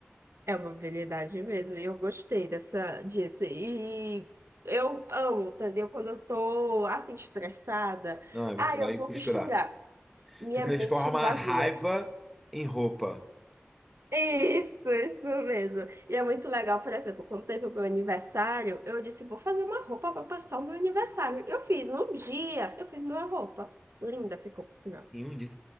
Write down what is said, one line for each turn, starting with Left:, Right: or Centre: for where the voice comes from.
Right: é uma habilidade mesmo. E eu gostei dessa, disso. E eu amo, entendeu? Quando eu tô assim, estressada,
Centre: Não, aí você
Right: ah, eu
Centre: vai
Right: vou
Centre: costurar.
Right: costurar. minha
Centre: Você transforma
Right: mente esvazia.
Centre: a raiva em roupa.
Right: Isso, isso mesmo. E é muito legal, por exemplo, quando teve o meu aniversário, eu disse, vou fazer uma roupa para passar o meu aniversário. Eu fiz, num dia, eu fiz minha roupa. Linda ficou, por sinal.
Centre: Em um dia.